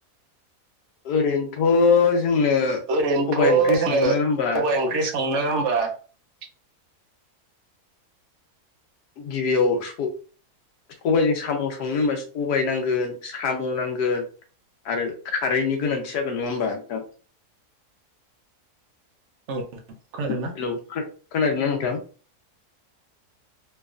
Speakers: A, on the left; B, on the right.
A: ओरैनोथ' जोंनो
B: ओरैनोथ'
A: सबाय ओंख्रि
B: जोङो
A: संनो
B: सबाय
A: होमबा
B: ओंख्रि संनो होमबा ।
A: गिबियाव स-सबायजों साम' संनो होमबा सबाय नांगोन साम' नांगोन आरो खारैनि गोनांथि जागोन नङा होमबा नोंथां?
B: औ खोनादोंना
A: हेलौ खोना खोनादों ना नोंथां?